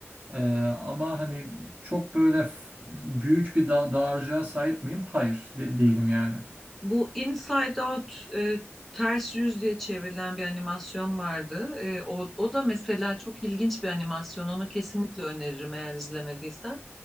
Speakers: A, on the right (about 25°); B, in the centre.
A: Ee, ama hani çok böyle f- büyük bir da dağarcığa sahip miyim? Hayır, de- değilim yani.
B: Bu Inside Out e, ters yüz diye çevrilen bir animasyon vardı. E, o, o da mesela çok ilginç bir animasyon. Onu kesinlikle öneririm eğer izlemediysen.